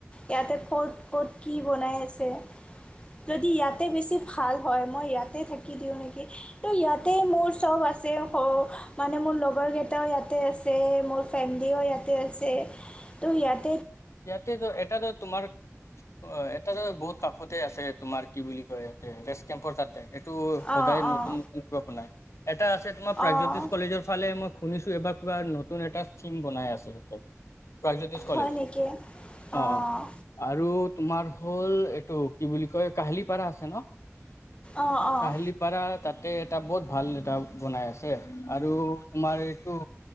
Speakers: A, on the left; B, on the left.
A: ইয়াতে ক'ত ক'ত কি বনাই আছে? যদি ইয়াতে বেছি ভাল হয় মই ইয়াতে থাকি দিওঁ নেকি ত ইয়াতেই ইয়াতে মোৰ চব আছে, মানে মোৰ লগৰ কেইটাও ইয়াতে আছে, মোৰ ফেমিলিও ইয়াতে আছে। ত ইয়াত
B: ইয়াতেতো এটাত তোমাৰ অ এটা বহুত কাষতে আছে তোমাৰ কি বুলি কয় ইয়াতে ৰেষ্ট কেম্পৰ তাত। এইটো সদায়
A: অঁ
B: নতুন
A: অঁ
B: নতুন কিবা বনাই। এটা আছে তোমাৰ প্ৰাগজ্যোতিষ
A: অঁ
B: কলেজৰ ফালে মই শুনিছোঁ, এবাৰ নতুন এটা থিম বনাই আছে প্ৰাগজ্যোতিষ
A: হয়
B: কলেজ।
A: নেকি
B: অ'
A: অঁ
B: আৰু তোমাৰ হ'ল এইটো কি বুলি কয় কাহিলীপাৰা আছে ন,
A: অঁ অঁ
B: কাহিলীপাৰা তাতে এটা বহুত ভাল এটা বনাই আছে, আৰু তোমাৰ এইটো